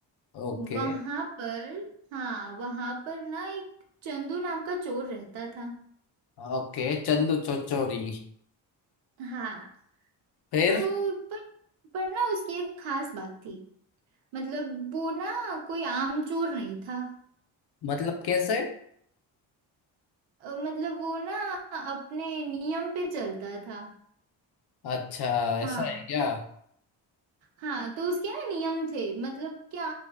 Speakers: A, on the left (about 55°); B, on the right (about 70°).
A: ओके
B: वहां पर हाँ वहां पर ना एक चंदू नाम का चोर रहता था
A: ओके चंदू चौचौरी
B: हाँ
A: फिर
B: तो पर, पर ना उसकी एक खास बात थी मतलब वो ना कोई आम चोर नहीं था
A: मतलब कैसे
B: अ, मतलब वो ना अपने नियम पे चलता था
A: अच्छा ऐसा
B: हाँ
A: है क्या
B: हाँ तो उसके ना नियम थे मतलब क्या